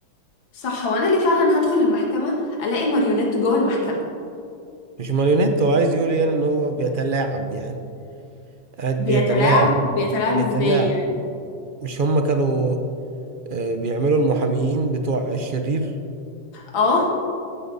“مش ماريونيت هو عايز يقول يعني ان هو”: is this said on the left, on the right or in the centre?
Right